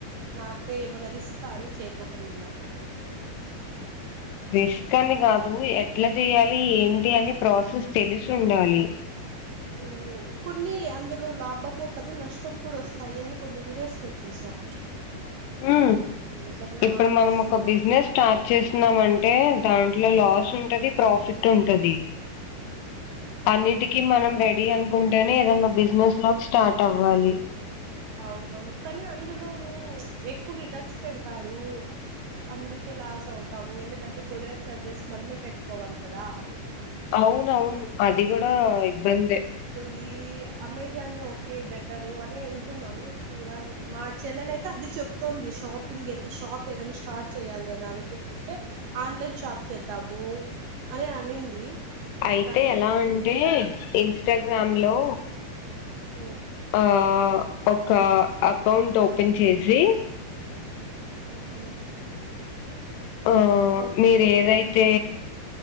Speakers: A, on the right; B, on the left.
A: నాకే ఏమైనా రిస్క్ అని చేకోకుండా ఉనా
B: రిస్క్ అని కాదు ఎట్లా చెయాలి ఏంటి అని ప్రాసెస్ తెలుసుండాలి
A: హు కొన్ని అందులో లాభము కదు నష్టం కూడా వస్తాయి అని కొన్ని వీడియోస్ లో చూసా
B: హు
A: అందుకనే
B: ఇప్పుడు
A: ఆలోచిస్తున్నా
B: మనం ఒక బిజినెస్ స్టార్ట్ చేసినమంటే దాంట్లో లాస్ చుంటది ప్రాఫిట్ ఉంటది అన్నిటికీ మనం రెడీ అనుకుంటేనే ఏదన్నా బిజినెస్ లోకి స్టార్ట్ అవ్వాలి
A: అవునవును కానీ అందులోను ఎక్కువ రిటన్స్ పెడతారు అందుకే లాస్ అవుతాము ఎందుకంటే కొరియర్ చార్జెస్ మనమే పెట్టుకోవాలి కదా
B: అవున అవును అది కూడా ఇబ్బందే
A: ఇది అమెజాన్ లో ఓకే బెటరు అని వింటున్నాను చూడాలి మా చెల్లెల అయితే అది చెప్తోంది షాపింగ్ షాప్ ఏదైనా స్టార్ట్ చేయాలి అని ఆలోచిస్తుంటే ఆన్లైన్ షాప్ చేద్దాము అని అనింది
B: అయితే
A: కానీ
B: ఎలా
A: అది
B: అంటే ఇన్స్టాగ్రామ్
A: ఓ
B: లో
A: ఓ
B: ఆ హ ఒక అకౌంట్ ఓపెన్ చేసి
A: ఓకే
B: ఆ
A: ఓకే
B: మీరు ఏదైతే